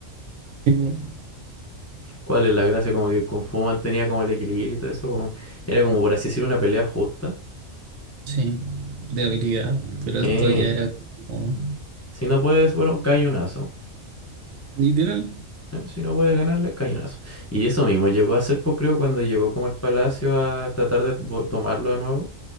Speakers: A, on the right; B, on the left.
A: Tipo,
B: ¿Cuál es la gracia? Como que el Kung Fu mantenía como el equilibrio y todo eso. como- Era como por así decir una pelea justa.
A: sí, de habilidad, pero
B: Eh,
A: esto ya era como
B: si no puedes, bueno, cañonazo.
A: literal.
B: Eh, si no puedes ganarle, cañonazo. Y eso mismo llegó a ser, pues creo, cuando llegó como al palacio a tratar de vol- tomarlo de nuevo.